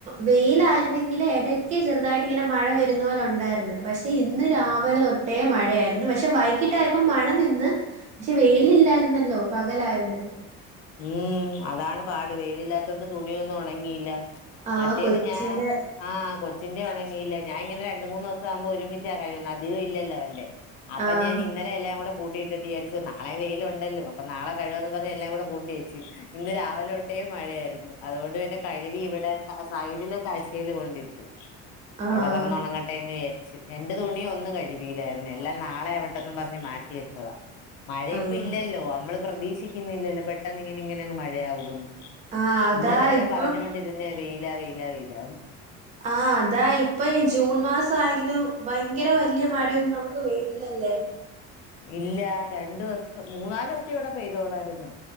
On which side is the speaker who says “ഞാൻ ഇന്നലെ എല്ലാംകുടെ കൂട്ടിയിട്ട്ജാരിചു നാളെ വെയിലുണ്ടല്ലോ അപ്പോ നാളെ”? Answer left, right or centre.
Left